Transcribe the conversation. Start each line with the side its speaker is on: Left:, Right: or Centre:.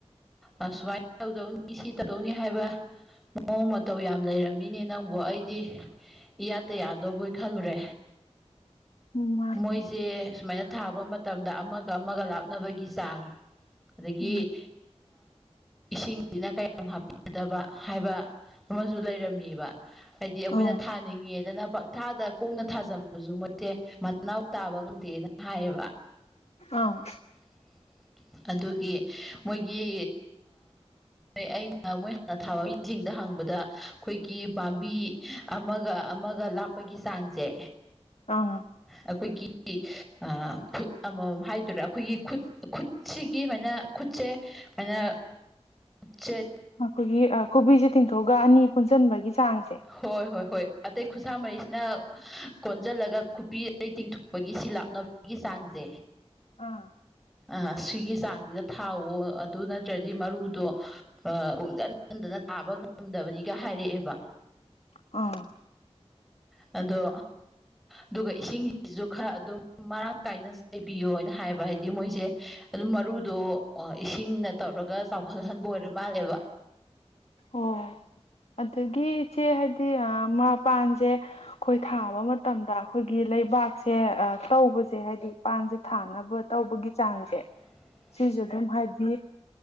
Centre: ꯑ ꯁꯨꯃꯥꯏ ꯇꯧꯗꯧꯅꯤ ꯁꯤ ꯇꯧꯗꯧꯅꯤ ꯍꯥꯏꯕ ꯃꯑꯣꯡ ꯃꯇꯧ ꯌꯥꯝ ꯂꯩꯔꯝꯃꯤꯅꯦ ꯅꯪꯕꯨ ꯑꯩꯗꯤ ꯏꯌꯥꯗ ꯌꯥꯗꯧꯕꯣꯏ ꯈꯜꯂꯨꯔꯦ
Left: ꯃꯥ
Centre: ꯃꯣꯏꯁꯦ ꯁꯨꯃꯥꯏꯅ ꯊꯥꯕ ꯃꯇꯝꯗ ꯑꯃꯒ ꯑꯃꯒ ꯂꯥꯞꯅꯕꯒꯤ ꯆꯥꯡ ꯑꯗꯒꯤ
Left: ꯎꯝ
Centre: ꯏꯁꯤꯡꯖꯤꯅ ꯀꯌꯥꯝ ꯍꯥꯞꯄꯤꯒꯗꯕ ꯍꯥꯏꯕ ꯑꯃꯖꯨ ꯂꯩꯔꯝꯃꯦꯕ ꯍꯥꯏꯗꯤ ꯑꯩꯈꯣꯏꯅ
Left: ꯑꯥ
Centre: ꯊꯥꯅꯤꯡꯉꯦꯗꯅ ꯄꯪꯊꯥꯗ ꯀꯨꯡꯅ ꯊꯥꯖꯟꯕꯁꯨ ꯃꯣꯏꯁꯦ ꯃꯅꯥꯎ ꯇꯥꯕ ꯉꯝꯗꯦꯅ ꯍꯥꯏꯌꯦꯕ
Left: ꯑꯥ
Centre: <unintelligible> ꯑꯗꯨꯒꯤ ꯃꯣꯏꯒꯤ ꯑꯩꯅ ꯃꯣꯏ ꯍꯥꯟꯅ ꯊꯥꯕ ꯃꯤꯁꯤꯡ ꯑꯗ ꯍꯪꯕꯗ ꯑꯩꯈꯣꯏꯒꯤ ꯄꯥꯝꯕꯤ ꯑꯃꯒ ꯑꯃꯒ ꯂꯥꯞꯄꯒꯤ ꯆꯥꯡꯖꯦ
Left: ꯑꯥ
Centre: ꯑꯩꯈꯣꯏꯒꯤ ꯑ ꯐꯨꯠ ꯑꯃꯃꯝ ꯍꯥꯏꯗꫭꯏꯔ ꯑꯩꯈꯣꯏꯒꯤ ꯈꯨꯠ ꯈꯨꯠꯁꯤꯒꯤ ꯃꯥꯥꯏꯅ ꯈꯨꯠꯁꯦ ꯃꯥꯏꯅ ꯆꯠ
Left: ꯑꯩꯈꯣꯏꯒꯤ ꯈꯨꯕꯤꯁꯦ ꯇꯤꯡꯊꯣꯛꯑꯒ ꯑꯅꯤ ꯄꯨꯟꯁꯟꯕꯒꯤ ꯆꯥꯡꯁꯦ
Centre: ꯍꯣꯏ ꯍꯣꯏ ꯍꯣꯏ ꯑꯇꯩ ꯈꯨꯠꯁꯥ ꯃꯔꯤꯁꯤꯅ ꯀꯣꯟꯖꯜꯂꯒ ꯈꯨꯄꯤ ꯑꯇꯩ ꯇꯤꯡꯊꯣꯛꯄꯒꯤ ꯁꯤ ꯂꯥꯞꯅꯕꯒꯤ ꯆꯥꯡꯖꯦ
Left: ꯑꯥ
Centre: ꯑ ꯁꯤꯒꯤ ꯆꯥꯡꯖꯤꯗ ꯊꯥꯎꯋꫭ ꯑꯗꯨ ꯅꯠꯇ꯭ꯔꯗꯤ ꯃꯔꯨꯗꯣ ꯑ ꯀꯨꯡꯖꯟ ꯃꯟꯗꯅ ꯊꯥꯕ ꯉꯝꯗꯕꯅꯤꯒ ꯍꯥꯏꯔꯛꯑꯦꯕ
Left: ꯑꯥ
Centre: ꯑꯗꯣ ꯑꯗꯨꯒ ꯏꯁꯤꯡꯁꯤꯁꯨ ꯈꯔ ꯑꯗꯨꯝ ꯃꯔꯥꯡ ꯀꯥꯏꯅ ꯆꯥꯏꯕꯤꯌꯣꯅ ꯍꯥꯏꯕ ꯍꯥꯏ ꯍꯥꯏꯗꯤ ꯃꯣꯏꯁꯦ ꯑꯗꯨꯝ ꯃꯔꯨꯗꯣ ꯏꯁꯤꯡꯅ ꯇꯧꯔꯒ ꯆꯥꯎꯈꯠꯍꯟꯕ ꯑꯣꯏꯔ ꯃꯥꯜꯂꯦꯕ
Left: ꯑꯣ ꯑꯗꯒꯤ ꯏꯆꯦ ꯍꯥꯏꯗꯤ ꯃꯄꯥꯟꯖꯦ ꯑꯩꯈꯣꯏ ꯊꯥꯕ ꯃꯇꯝꯗ ꯑꯩꯈꯣꯏꯒꯤ ꯂꯩꯕꯥꯛꯁꯦ ꯇꯧꯕꯁꯦ ꯍꯥꯏꯗꯤ ꯄꯥꯟꯁꯦ ꯊꯥꯅꯕ ꯇꯧꯕꯒꯤ ꯆꯥꯡꯁꯦ
Centre: <unintelligible>
Left: ꯁꯤꯁꯦ ꯑꯗꯨꯝ ꯍꯥꯏꯗꯤ